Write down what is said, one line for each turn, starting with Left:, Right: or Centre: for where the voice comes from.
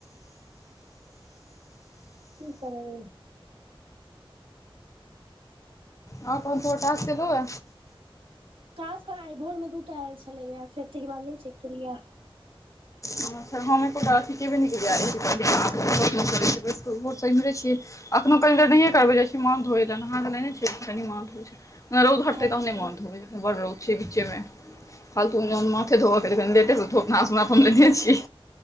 Right: की <unintelligible>
Left: और कह तोहर टास्क एलौआ।
Right: टास्क कहाँ भोरमे दूटा एल छलैया फेर तयके बाद नय चेक केलियैए।
Left: अच्छा हम एकोटा अथी केबे नै केलियैए <unintelligible> भोर स इम्हरे छियै। अखनो कनि देर नहिए करबै जाइ छी माथ धोइ ले नहा त लेने छियै कनि माथ धोइ छै। रोउद हटतै
Right: सही
Left: तहने माथ धोबै बड़ रौद छैय बीचेमे। फालतूमे जहन माथे धोबऽ क त कनि लेटे स धोब नहा- सुना त हम लेनहे छी।